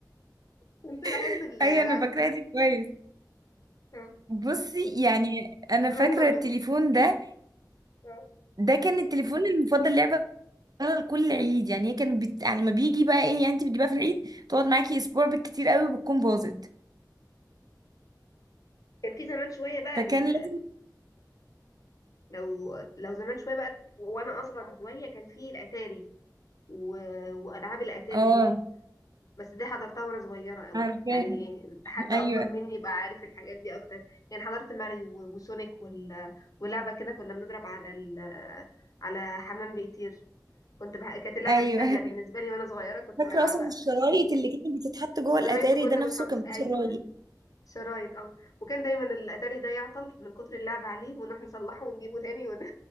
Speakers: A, on the left; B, on the right.
A: كنت بحب
B: <laughs>
A: ال- الألعاب
B: ايوه انا فاكراها
A: دي
B: دي كويس
A: اه
B: بصي يعني انا
A: زمان
B: فاكره
A: برضو
B: التليفون ده
A: اه
B: ده كان التليفون المفضل لعبه بتشتغل كل عيد يعني هي كانت بت... يعني لما بيجي بقى ايه يعني انت بتجيبها في العيد تقعد معاكي اسبوع بالكتير قوي بتكون باظت
A: كان في زمان شوية بقى
B: فكان
A: ال-
B: لازم
A: لو لو زمان شوية بقى وأنا أصغر شوية كان في الأتاري و... وألعاب الأتاري
B: اه
A: دي بس دي حضرتها وأنا صغيرة قوي
B: عارفاه
A: يعني إيه، حد
B: ايوه
A: أكبر مني يبقى عارف الحاجات دي أكتر يعني حضرت ماريو و- وسونيك وال... ولعبة كده كنا بنضرب على ال... على حمام بيطير كنت بح... كانت اللعبة
B: ايوه
A: دي سهلة بالنسبة
B: <laughs>
A: لي وأنا صغيرة كنت
B: فاكره
A: بلعبها
B: اصلا الشرايط اللي كانت بتتحط جوه
A: شرايط
B: الاتاري
A: وكنا
B: ده نفسه
A: بنحط
B: كان فيه
A: أيوه
B: شرايط
A: شرايط اه وكان دايما الاتاري ده يعطل من كتر اللعب عليه ونروح نصلحه ونجيبه تاني ون... <laughs>